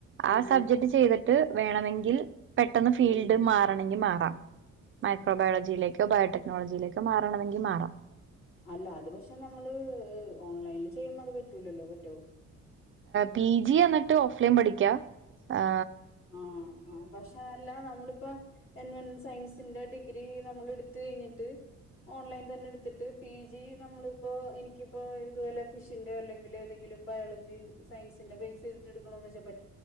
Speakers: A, on the right; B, on the left.
A: ആ
B: ആഹാ
A: സബ്ജക്ട് ചെയ്തി ട്ട് വേണമെങ്കിൽ പെട്ടെന്ന് ഫീൽഡ്
B: ഉം
A: മാറാണെക്കിമാ മാ മൈക്രോബയോളജിയിലേക്കോ ബയോടെക്നോളജിയിലേക്കോ മാറണമെങ്കിൽ മാറാം
B: അല്ല അത് പക്ഷെ നമ്മള് ഓൺലൈനി ചെയ്യുമ്പോ അത് പറ്റൂലല്ലോ പറ്റോ
A: പി ജി എന്നിട്ട് ഓഫ്‌ലൈൻപഠിക്കാആ
B: ആഹ ആ പക്ഷെ അല്ല നമ്മളിപ്പോ എൻവെൻ സയൻസിന്റെ ഡിഗ്രി നമ്മൾ എടുത്ത് കഴിഞ്ഞിട്ട് ഓൺലൈൻ തന്നെ എടുത്തിട്ട് പി ജി നമ്മളിപ്പോഎനിക്കിപ്പോ ഇതുപോലെ ഫിഷിന്റെോ അല്ലെങ്കിൽ ഏതെങ്കിലും ബയോളജി സയൻസിന്റെ ബേസ് ചെയ്തിട്ട എടുക്കണന്ന് വെച്ചാൽ പ